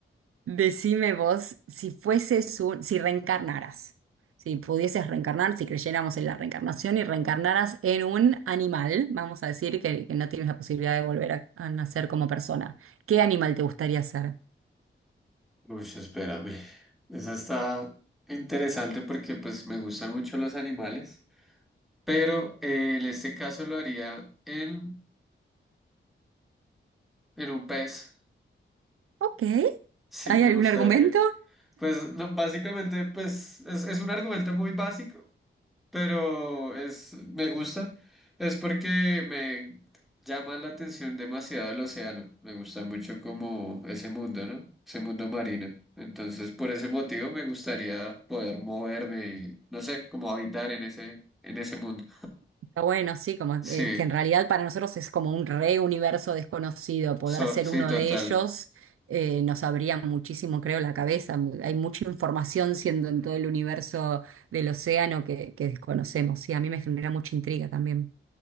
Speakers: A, on the right; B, in the centre.
A: Decime vos, si fueses un, si reencarnaras, si pudieses reencarnar, si creyéramos en la reencarnación y reencarnaras en un animal, vamos a decir que, que no tienes la posibilidad de volver a, a nacer como persona, ¿qué animal te gustaría ser?
B: Uy, espérame. Esa está interesante porque pues me gustan mucho los animales, pero eh, en este caso lo haría en, en un pez.
A: Ok,
B: Sí,
A: ¿hay
B: me
A: algún
B: gustaría.
A: argumento?
B: Pues lo- básicamente, pues es, es un argumento muy básico, pero es, me gusta. Es porque me llama la atención demasiado el océano. Me gusta mucho como ese mundo, ¿no? Ese mundo marino. Entonces, por ese motivo me gustaría poder moverme y, no sé, como habitar en ese, en ese mundo.
A: Está bueno, sí, como
B: Sí,
A: eh, que en realidad para nosotros es como un re universo desconocido. Poder
B: so-
A: ser
B: sí,
A: uno
B: total.
A: de ellos eh, nos abría muchísimo, creo, la cabeza. Hay mucha información siendo en todo el universo del océano que, que desconocemos. Sí, a mí me genera mucha intriga también.